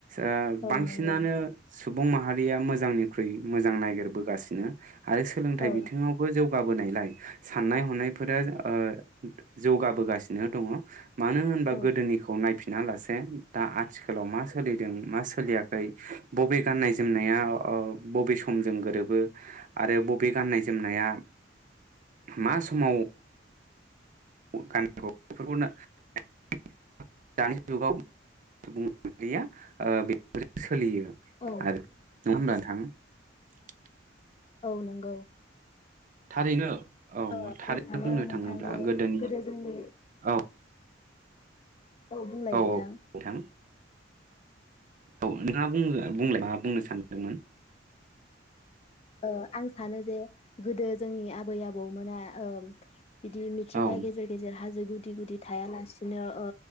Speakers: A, on the right; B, on the left.
A: ओ
B: औ
A: बांसिनानो
B: नंगौ
A: सुबुं माहारिया मोजांनिख्रुइ मोजां नायगिरबोगासिनो आरो सोलोंथाइ
B: औ
A: बिथिङावबो जौ जौगाबोनायलाय साननाय हनायफोरा ओ जौगाबोगासिनो दङ मानो होनबा
B: औ
A: गोदोनिखौ नायफिन बिना लासे दा आथिखालाव मा सोलिदों मा सोलियाखै बबे गाननाय जोमनाया बबे समजों गोरोबो आरो बबे गाननाय जोमनाया मा समाव <unintelligible> बेफोर सोलियो आरो नङा होमब्ला
B: औ
A: नोंथां?
B: औ नंगौ
A: थारैनो औ
B: ओ
A: थारैनो
B: सानो
A: बुंनो
B: नोंथांनि
A: थाङोब्ला गोदोनि
B: गोदो जोंनि
A: औ
B: औ बुंलाय
A: औ
B: नोंथां ।
A: नोंथां औ नोंथाङा बुंलाय मा बुंनो सानदोंमोन?
B: ओ आं सानो जे गोदो जोंनि आबै आबौमोना ओ बिदि मिथिंगा
A: औ
B: गेजेर गेजेर हाजो गुदि गुदि थायालासिनो ओ